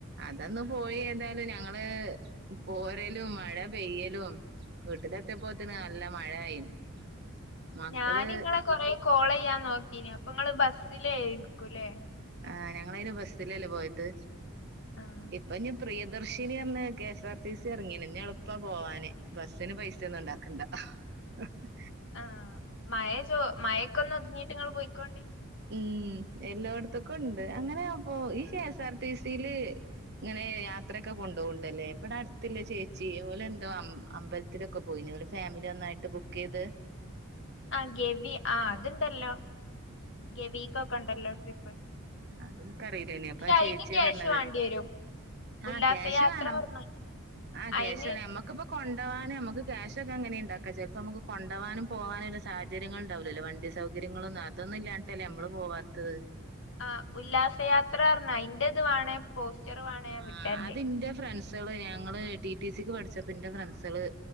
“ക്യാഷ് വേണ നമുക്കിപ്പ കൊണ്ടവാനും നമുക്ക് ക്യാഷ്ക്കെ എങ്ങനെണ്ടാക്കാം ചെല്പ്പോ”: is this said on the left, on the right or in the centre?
Right